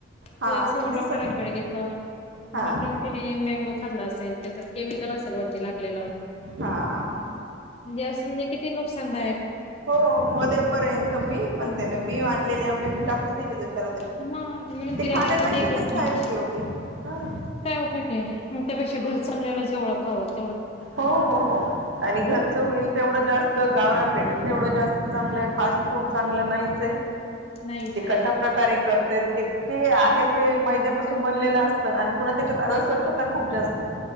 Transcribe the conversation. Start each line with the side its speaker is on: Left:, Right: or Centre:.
Left: ते
Right: हा मग
Left: संग डॉक्टरांकडे
Right: स
Left: घेतलं.
Right: हा
Left: डॉक्टर ति हे मँगो खाल्ला असेल त्याच्यात केमिकल असेल व ती लाकलेलं
Right: हां-हां-हां-हां
Left: म्हणजे असं म्हणजे किती नुकसानदा
Right: हो मध्ये पर्यंत. मी म्हणते ना, मी आणलेले आंबे मी टाकून दिले तस् ज्याला तशी.
Left: मग म्हणून
Right: ते
Left: तिलाता
Right: खाण्यापेक्षा
Left: आता देतच
Right: तर
Left: नाही.
Right: काय उपयोग आहे हा
Left: काय उपाय क म त्यापेक्षा घरच आणलेलं जेवळा खाऊत
Right: हो-हो-हो आणि घरचं होईल तेवढं जास्त, गावरन भेटेल तेवढं जास् चांगलं ए, फास्ट फूड चांगलं नाहीच ए.
Left: नाहीच
Right: ते
Left: आहे.
Right: कशा प्रकारे करतेत ते, आहे ते मैद्यापासून बनलेलं असतं आणि पुन्हा त्याच्यात अस्वच्छता खूप जास्त.